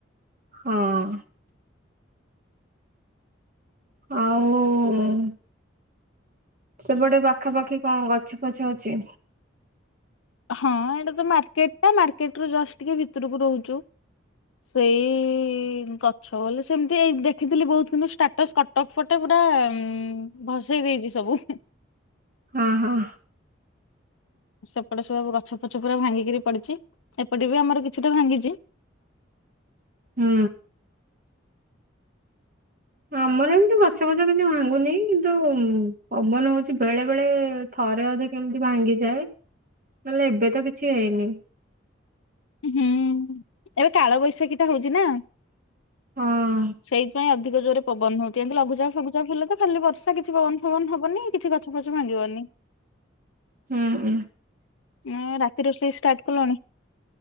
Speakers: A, on the right; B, on the left.
A: ହଁ। ଆଉ ଉ ଉ ମ୍ ସେପଟେ ପାଖାପାଖି କଣ ଗଛ ଫଛ ଅଛି?
B: ହଁ ଏଇଟା ତ ମାର୍କେଟ ଟା ମାର୍କେଟ ରୁ ଜଷ୍ଟ ଟିକେ ଭିତରକୁ ରହୁଚୁ। ସେଇ ଇ ଇ ଇ ଇ ଗଛ ବଲେ ସେମତି ଏଇ ଦେଖିଥିଲି ବହୁତ ଦିନୁ ଷ୍ଟା ସ୍କଟକ ଫଟେ ପୁରା ଉଁ ଉଁ ଉଁ ଭସେଇ ଦେଇଚି ସବୁ ହୁଁ।
A: ହଁ ହଁ।
B: ସେପଟେ ସବୁ ଗଛ ଫଛ ପୁରା ଭାଙ୍ଗିକିରି ପଡିଛି ଏପଟେ ବି ଆମର କିଛିଟା ଭାଙ୍ଗିଚି।
A: ହୁଁ। ଆମର ଏମତି ଗଛ ଫଛ କିଛି ଭାଙ୍ଗୁନି କିନ୍ତୁ ପବନ ହଉଚି ବେଳେ ବେଳେ ଏ ଏ ଥରେ ଅଧେ କେମତି ଭାଙ୍ଗିଯାଏ ନହେଲେ ଏବେ ତ କିଛି ହେଇନି।
B: ଉଁହୁଁ ଏବେ କାଳବୈଶାଖୀ ଟା ହଉଚି ନା।
A: ହଁ।
B: ସେଇଥପାଇଁ ଅଧିକ ଜୋରେ ପବନ ହଉଚି ଏମତି ଲଘୁଚାପ ଫଘୁଚାପ ହେଲେ ତ ଖାଲି ବର୍ଷା କିଛି ପବନ ଫବନ ହବନି କିଛି ଗ ଗଛ ଫଛ ଭାଙ୍ଗିବନି।
A: ହୁଁ।
B: ଏଁ ରାତି ରୋଷେଇ ଷ୍ଟାର୍ଟ କଲଣି?